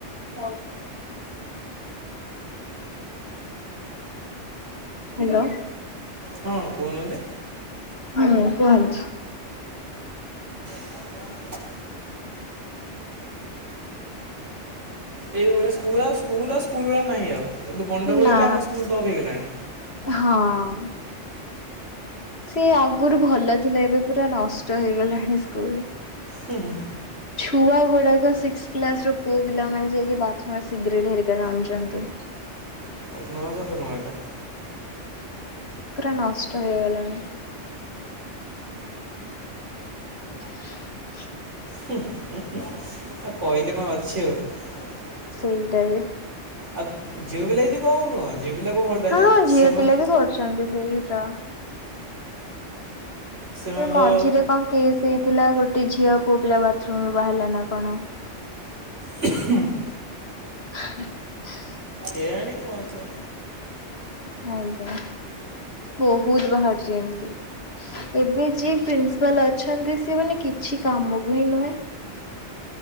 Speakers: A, on the left (about 60°); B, on the right (about 75°).
A: ହୁଁ। ହାଲୋ।
B: ହଁ କହୁନାନ୍ତି।
A: ହଁ କୁହନ୍ତୁ।
B: <inaudible> ଏଇଭଳିଆ ସ୍କୁଲ୍ ଆଉ ସ୍କୁଲ୍ ଆଉ ସ୍କୁଲ ଭଳିଆ ନାହିଁ ଆଉ। ଏବେ ଗଣ୍ଡଗୋଳବି
A: ନା
B: ଆମ ସ୍କୁଲ୍ ଟପ୍ ହେଇଗଲାଣି।
A: ହଁ। ସେ ଆଗରୁ ଭଲ ଥିଲା ଏବେ ପୁରା ନଷ୍ଟ ହେଇଗଲାଣି ସ୍କୁଲ୍।
B: ହୁଁ ହୁଁ।
A: ଛୁଆ ଗୁଡ଼ାକ ସିକ୍ କ୍ଲାସ୍ ପୁଅ ପିଲାମାନେ ଯାଇକି ବାଥ୍ରୁମୁରେ ସିଗାରେଟ୍ ହେରିକା ଟାଣୁଚନ୍ତି।
B: ଏ ନୂଆ କଥା ନୁହେଁ ଏଟା।
A: ପୁରା ନଷ୍ଟ ହେଇଗଲେଣି। <inaudible>
B: ହୁ ହୁ ଆଉ କହିଲେ କଁ ଅଛି ଆଉ। <unintelligible>
A: ସେଇଟାବି
B: ଆଉ ଝିଅ ପିଲାବି କିଛି କମ୍ ନୁହଁ। ଝିଅପିଲାକୁ ଭଲଟା
A: ହଁ
B: ଯେ
A: ଝିଅ
B: ସେମାନେ
A: ପିଲାବି କରୁଚନ୍ତି ସେଇତ।
B: ସେମାନେ
A: ଏଇ ମଝିରେ
B: ତ
A: କଣ କେସ୍ ହେଇଥିଲା ଗୋଟେ ଝିଅ ପୁଅ ପିଲା ବାଥରୁମରୁ ବାହାରିଲାନା କଣ।
B: <inaudible>
A: <inaudible>
B: କେଆଣି କଁ ହେଇଥିଲା।
A: ଆଜ୍ଞା ବହୁତ୍ ବାହାରୁଚି ଏମିତି ଏବେ ଯିଏ ପି ପାଲ୍ ଅଛନ୍ତି ସିଏମାନେ କିଛି କାମକୁହିଁ ନୁହେଁ।